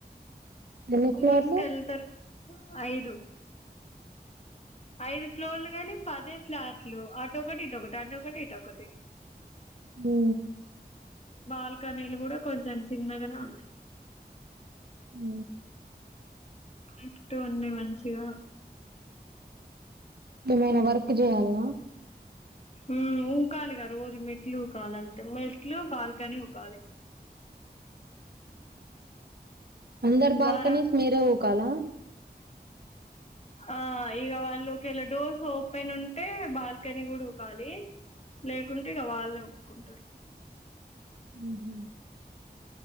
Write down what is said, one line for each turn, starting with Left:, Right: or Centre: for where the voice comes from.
Right: ఎన్ని
Left: స్కూల్స్
Right: ఫ్లోర్లు
Left: వెళ్తారు ఐదు ఐదు ఫ్లోర్లు గాని పది ఐదు ఫ్లాట్లు ఆటో కటి ఇట్ ఒకటి ఆటో కటి ఇట్ ఒకటి
Right: ఉ
Left: బాల్కనీలు కూడా కొంచెం చిన్నగానే ఉన్నాయి
Right: ఉ
Left: లిఫ్ట్ ఉంది మంచిగా
Right: ఏమైనా వర్క్ చేయాల
Left: ఉ ఊకాలేగా రోజు మెట్లు ఊకాలే అంతే మెట్లు బాల్కనీ ఉకాలే
Right: అందరు బాల్కనీస్
Left: వారం
Right: మీరే ఉకాలా
Left: ఆ ఇక వాళ్ళు ఒకేలా డోర్స్ ఓపెన్ ఉంటే బాల్కనీ కూడా ఉకాలి లేకుంటే ఇక వాళ్ళనే ఒప్పుకుంటారు
Right: ఉ హు